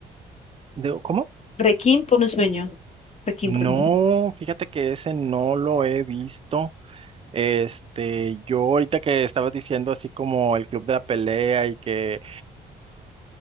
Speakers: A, on the right; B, on the left.
A: Digo, ¿cómo?
B: Requiem por un sueño. Requiem
A: No,
B: por un sueño.
A: fíjate que ese no lo he visto. Este, yo ahorita que estabas diciendo así como el club de la pelea y que